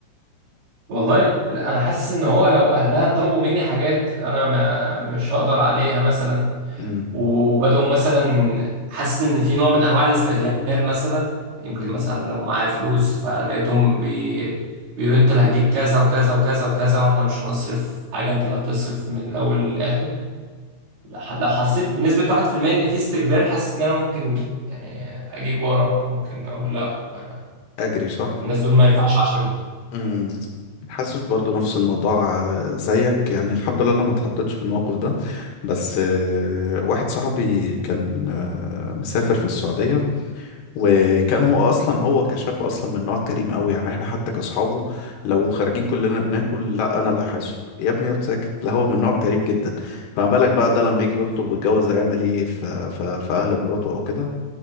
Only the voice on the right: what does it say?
والله انا حاسس ان هو لو اهلها طلبوا مني حاجات انا ما مش هقدر عليها مثلا
وبدأوا مثلا حاسس ان في نوع من انواع الاستغلال مثلا يمكن
مثلا لو معايا فلوس فلقيتهم بي... بيقولوا انت اللي هتجيب كذا وكذا وكذا وكذا واحنا مش هنصرف حاجة انت اللي هتصرف من الاول للاخر لح- لو حسيت بنسبة 1% ان في استغلال حاسس ان انا ممكن يعني اجيب ورا ممكن اقول لا ما-
الناس دول ما ينفعش عشان